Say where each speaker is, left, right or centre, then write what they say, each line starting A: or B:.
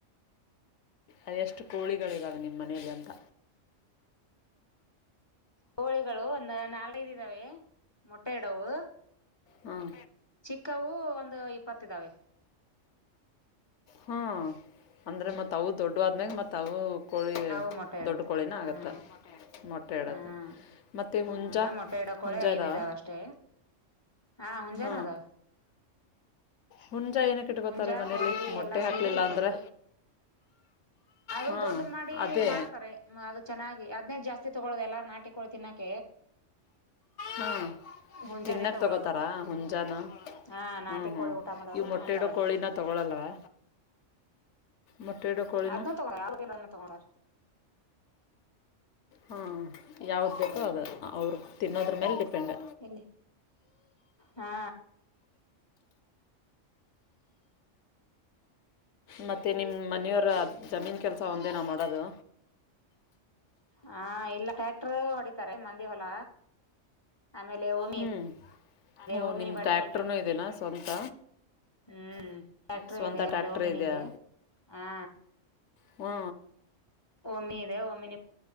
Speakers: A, on the left; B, on the left.
A: ಅ ಎಷ್ಟು ಕೋಳಿಗಳಿದಾವೆ ನಿಮ್ಮ ಮನೇಲಿ ಅಂತ
B: ಕೋಳಿಗಳು ಒಂದ ನಾಲ್ಕೈದು ಇದಾವೆ ಮೊಟ್ಟೆ ಇಡವು
A: ಹಾಂ
B: ಚಿಕ್ಕವು ಒಂದು ಇಪ್ಪತ್ತ ಇದಾವೆ
A: ಹ್ಮ ಅಂದ್ರೆ
B: ಹ್ಮ್
A: ಮತ್ ಅವು ದೊಡ್ಡ ಆದ್ಮ್ಯಾಗ ಮತ್ತ್ ಅವು ಕೋಳಿ
B: ಅವು ಮೊಟ್ಟೆ ಇಡುತ್ತೆ
A: ದೊಡ್ಡ ಕೋಳಿನ
B: ಹ್ಮ್
A: ಆಗತ್ತೆ ಮೊಟ್ಟೆ ಹೇಳದ
B: ಹ್ಮ್
A: ಮತ್ತೆ ಹುಂಜಾ
B: ಈಗ ಮೊಟ್ಟೆ ಇಡೋ ಕೋಳಿ
A: ಹುಂಜಾ
B: ಐದ್
A: ಇದಾವ
B: ಅಷ್ಟೇ ಹಾ ಹುಂಜಾನ
A: ಹ್ಮ
B: ಅದಾವ
A: ಹುಂಜಾ ಏನಕ್ ಇಟ್ಕೋತಾರೆ
B: ಹುಂಜಾ
A: ಮನೇಲಿ
B: ಕೋಳಿ
A: ಮೊಟ್ಟೆ
B: ಎಲ್ಲಾ
A: ಹಾಕ್ಲಿಲ್ಲ
B: ಸೇರಿ ಇಪ್ಪತ್ತು
A: ಅಂದ್ರೆ
B: ಅದು
A: ಹಾಂ
B: ದೊಡ್ಡ ಮಾಡಿ
A: ಅದೇ
B: ಮಾರ್ತಾರೆ ಅದು ಚೆನ್ನಾಗಿ ಅದ್ನೇದ ಜಾಸ್ತಿ ತಗೊಳ್ಳುದು ಎಲ್ಲಾರ ನಾಟಿಕಳಿ ತಿನ್ನಾಕ
A: ಹಾ
B: ಹುಂಜಾನೆ
A: ತಿನ್ನಕ್
B: ತಗೊಳ್ಳೋದು
A: ತಗೋತಾರಾ ಮುಂಜಾನ
B: ಹಾ ನಾಟಿ
A: ಹ್ಮ್ ಹ್ಮ್
B: ಕೋಳಿ ಊಟ ಮಾಡೋರು
A: ಇವ ಮೊಟ್ಟೆ
B: ತಗೊಂತಾರಲ್
A: ಇಡೋ ಕೋಳಿನ ತಗೊಳಲ್ಲವಾ ಮೊಟ್ಟೆಡು ಕೋಳಿನ
B: ಅದ್ನು ತಗೋ ಯಾವ್ದನ್ನ ತಗೊಂಡಾರ
A: ಹಾಂ ಯಾವ್ದು ಬೇಕೋ ಅದು ಅವ್ರು ತಿನ್ನೋದ್ರ ಮೇಲೆ ಡಿಪೆಂಡ್
B: ಇಲ್ಲಿ ಹಾ
A: ಮತ್ತೆ ನಿಮ್ಮ ಮನೆಯವರ ಜಮೀನು ಕೆಲಸ ಒಂದೇನಾ ಮಾಡೋದು
B: ಹಾ ಇಲ್ಲ ಟ್ಯಾಕ್ಟರು ಹೊಡಿತಾರೆ ಮಂದಿ ಹೊಲ ಆಮೇಲೆ ಓಮಿ
A: ಹ್ಞೂ ಓ
B: ವಮಿನಿ
A: ನಿಮ್ಮ
B: ಬಾಡಿಗೆ
A: ಟ್ಯಾಕ್ಟ್ರೂ
B: ಹೋಗ್ತ
A: ಇದೆಯಾ ಸ್ವಂತ
B: ಹ್ಮ್ ಟ್ಯಾಕ್ಟರ್
A: ಸ್ವಂತ
B: ಇದೆ ಆಮೇಲೆ
A: ಟ್ಯಾಕ್ಟ್ರ್
B: ಒಮ್ಮೆನ್
A: ಇದೆಯಾ
B: ಇದೆ ಹಾ
A: ಹ್ಞೂ
B: ಓಮಿ ಇದೆ ಓಮಿನಿ